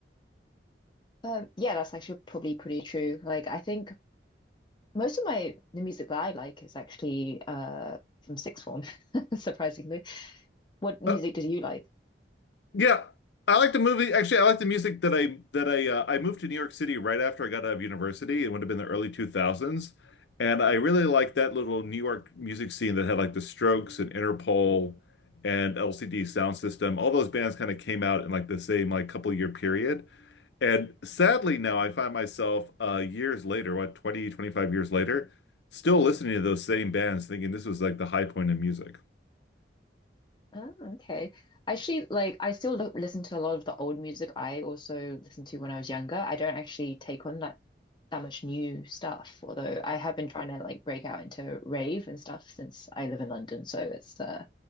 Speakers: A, on the left; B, on the left.
A: Um, yeah, that's actually probably pretty true. Like, I think most of my the music that I like is actually uh from sixth form, <laughs> surprisingly. What music
B: Uh,
A: did you like?
B: Yeah, I like the movie. Actually, I like the music that I that I uh, I moved to New York City right after I got out of university. It would have been the early 2000s, and I really liked that little New York music scene that had like the Strokes and Interpol and LCD Sound System. All those bands kind of came out in like the same like couple year period. And sadly, now I find myself uh, years later, what 20 25 years later, still listening to those same bands, thinking this was like the high point of music.
A: Oh, okay. Actually, like I still lo listen to a lot of the old music I also listened to when I was younger. I don't actually take on that that much new stuff, although I have been trying to like break out into rave and stuff since I live in London. So it's uh